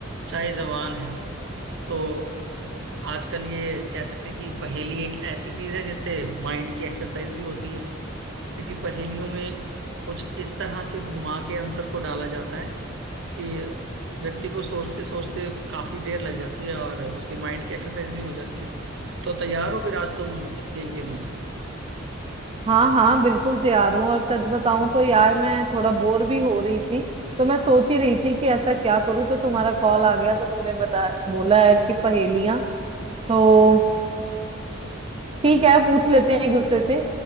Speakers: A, on the right; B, on the right.
A: चाहे जवान है तो आजकल ये कह सकते हैं कि पहेली एक ऐसी चीज है जिससे माइंड की एक्सरसाइज भी होती है क्योंकि पहेलियों में कुछ इस तरह से घुमा के आंसर को डाला जाता है कि व्यक्ति को सोचते सोचते काफी देर लग जाती है और उसके माइंड की एक्सरसाइज भी हो जाती है तो तैयार हो फिर आज तुम इस गेम के लिए
B: हाँ हाँ बिल्कुल तैयार हूँ और सच बताऊं तो यार मैं थोड़ा बोर भी हो रही थी तो मैं सोच ही रही थी कि ऐसा क्या करूँ तो तुम्हारा कॉल आ गया तो तुमने बता बोला है कि पहेलियां तो ठीक है पूछ लेते हैं एक दूसरे से